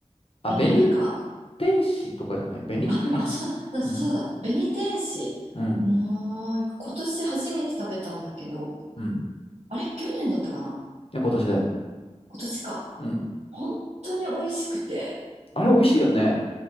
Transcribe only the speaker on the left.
あ、
紅天使とかじゃない紅天使。
うん、
うん、
うん。い
や、今年だよ。
うん。
あれ、美味しいよね。